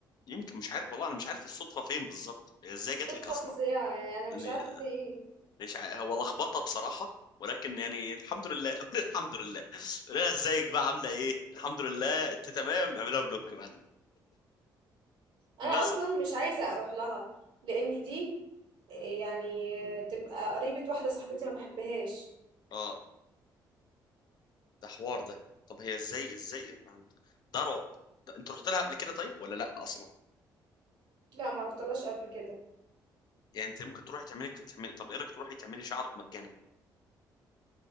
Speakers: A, on the left (about 60°); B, on the right (about 75°).
A: يمكن مش عارف والله انا مش عارف الصدفه فين بالظبط هي ازاي جت
B: صدفة
A: لك اصلا
B: فظيعة يعني أنا
A: اني
B: مش عارفة في إيه
A: مش ع... هو لخبطه بصراحه ولكن يعني الحمد لله <laughs> قول الحمد لله قول لها ازيك بقى عامله ايه الحمد لله انت تمام اعملها بلوك بعدين ناصر
B: أنا أصلا مش عايزة أروح لها لأن دي آه، يعني تبقى قريبة واحدة صاحبتي ما بحبهاش
A: اه ده حوار ده طب هي ازاي ازاي ما- ده رعب ده انت رحت لها قبل كده طيب ولا لا اصلا
B: لا ما رحتلهاش قبل كده
A: يعني انت ممكن تروحي تعملي تعملي طب ايه رايك تروحي تعملي شعرك مجانا